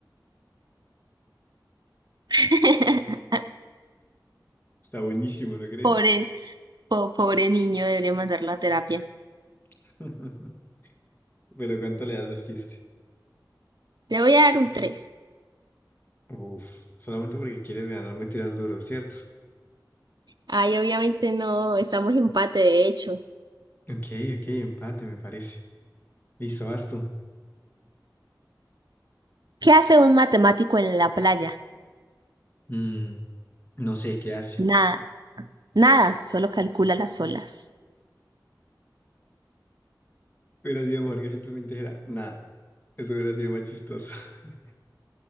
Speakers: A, on the right; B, on the left.
A: <laughs>
B: Está buenísimo, ¿no crees?
A: Pobre, po- pobre niño, debería mandarlo a terapia.
B: <laughs> Pero ¿cuánto le das al chiste?
A: Le voy a dar un tres
B: Uf, solamente porque quieres ganar me tiras duro, ¿cierto?
A: Ay, obviamente no, estamos en empate de hecho.
B: Ok, ok, empate me parece. Listo, vas tú.
A: ¿Qué hace un matemático en la playa?
B: Mm, no sé qué hace.
A: Nada, nada, solo calcula las olas.
B: Hubiera sido mejor que simplemente dijera, nada. Eso hubiera sido más chistoso. <laughs>